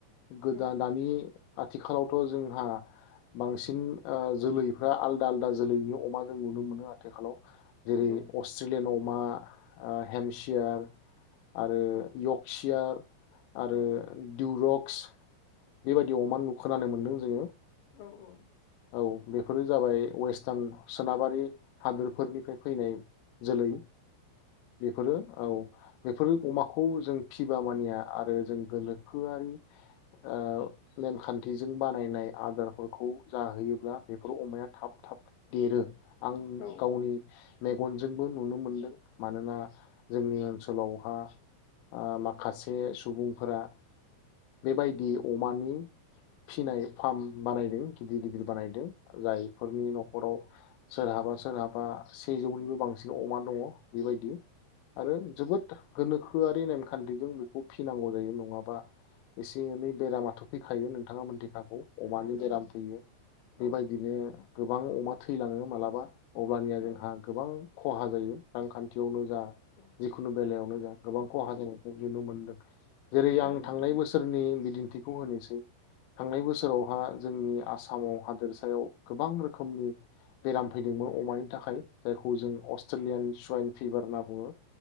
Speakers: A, on the left; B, on the left.
A: गोदान
B: औ
A: दानि आथिखालावथ' जोंहा बांसिन ओ जोलैफ्रा आलदा आलदा जोलैनि अमा जों नुनो मोनो आथिखालाव जेरै
B: नंगौ
A: अस्ट्रेलियान अ मा हेमसियार आरो
B: औ
A: यक्सियार आरो
B: औ
A: दियु अक्स बेबायदि अमा नुखोनानै मोनदों जोङो
B: औ औ
A: औ बेफोरो जाबाय वेस्टार्न सोनाबारि हादर फोरनिफ्राय फैनाय जोलै बेफोरो औ बे बेफोरो अमाखौ जों फिबा मानिया आरो जों गलोखोआरि ओ नेमखान्थिजों बानायनाय आदारफोरखौ जाहैयोब्ला बेफोर अमाया थाब थाब देरो आं
B: औ
A: गावनि मे गनजोंबो नुनो मोनदों मानोना जोंनि ओनसोलावहा ओ माखासे से सुबुंफोरा बेबायदि अमानि फिनाय फार्म बानायदों गिदिर गिदिर बानायदों जायफोरनि न'खराव सोरहाबा सोरहाबा सेजौनिबो बांसिन अमा दङ बिबायदि आरो जोबोद गोनोखोआरि नेमखान्थिजों बेखौ फिनांगौ जायो नङाबा एसे एनै बेरामाथ' फैखायो नोंथाङा मोनथिखागौ अमानि
B: नंगौ
A: बेराम थैयो बेबायदिनो
B: औ
A: गोबां अमा थैलाङो मालाबा अब्लानिया
B: औ
A: जोंहा गोबां खहा जायो रांखानथि बेयावनो जा
B: औ
A: जिखुनु बेलायावनो जा गोबां खहा जादों नुनो मोनदों जेरै
B: नंगौ
A: आं थांनाय
B: नोंथां
A: बोसोरनि बिदिन्थिखौ खौ होनोसै थांनाय बोसोरावहा जोंनि आसामावहा दोरसायाव गोबां रोखोमनि बेराम फैदोंमोन अमानि थाखाय जायखौ जों अस्ट्रेलियान सुवाइन फिभार होनना बुङो।